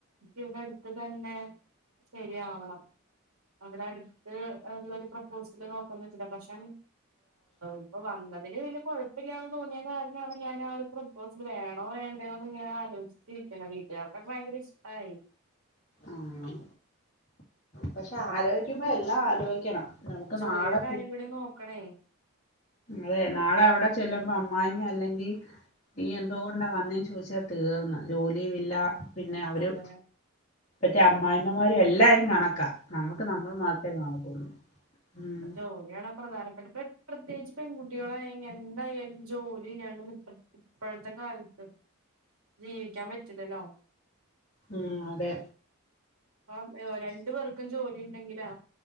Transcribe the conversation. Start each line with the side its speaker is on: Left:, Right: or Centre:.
Right: ഇവിടെ അടുത്ത് തന്നെ ശരിയാവണം അവിടെ അടുത്ത് ഉള്ള ഒരു പ്രൊപ്പോസല് നോക്കണം വെച്ചിട്ട പക്ഷെ ഇപ്പൊ വന്നതിന് വല്യ കുഴപ്പല്ല്യാന്ന് തോന്നിയ കാരണാണ് ഞാൻ ആ ഒരു സിൽ വേണോ വേണ്ടയോ എന്ന് ഞാൻ ആലോചിച്ചിരിക്കണ വീട്ടുകാർക്കൊക്കെ ഭയങ്കര ഇഷ്ട്ടായി
Left: ആഹ് പക്ഷെ ആലോചിക്കുമ്പോ എല്ലാം ആലോചിക്കണം നമുക്ക്
Right: ജോലിയുടെ
Left: നാളെ
Right: കാര്യം കൂടി നോക്കണേ
Left: അതെ നാളെ അവിടെ ചെല്ലുമ്പോ അമ്മായിമ അല്ലെങ്കിൽ നീ എന്തോ കൊണ്ടാ വന്നേ ചോദിച്ചാ തീർന്ന്‌ ജോലിയു ഇല്ല പിന്നെ അവര്
Right: അതെ
Left: മറ്റേ അമ്മായിമ്മമാരും എല്ലാരും കണക്കാ നമുക്ക് നമ്മൾ മാത്രേ കാണത്തുള്ളൂ ഉം
Right: പ്പൊ ജോലിയാണ് പ്രധാനപ്പെട്ട പ്രത്യേകിച്ച് പെൺകുട്ടികളായ എന്തായാലും ജോലി ഇല്ലാണ്ട ഇ ഇപ്പോഴത്തെ കാലത്ത് ജീവിക്കാൻ പറ്റില്ലല്ലോ
Left: ഉം അതെ
Right: അപ്പ രണ്ടു പേർക്കും ജോലി ഉണ്ടെങ്കിലാ